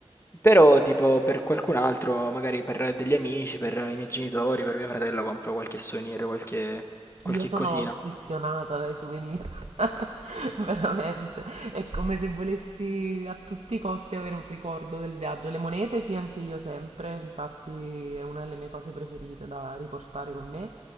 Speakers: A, on the left; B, on the right.
A: però tipo per qualcun altro, magari per degli amici, per i miei genitori, per mio fratello compro qualche souvenir, qualche qualche
B: Io sono
A: cosina.
B: ossessionata dai souvenir, <laughs> veramente. È come se volessi a tutti i costi avere un ricordo del viaggio. Le monete, sì, anche io sempre, infatti è una delle mie cose preferite da riportare con me.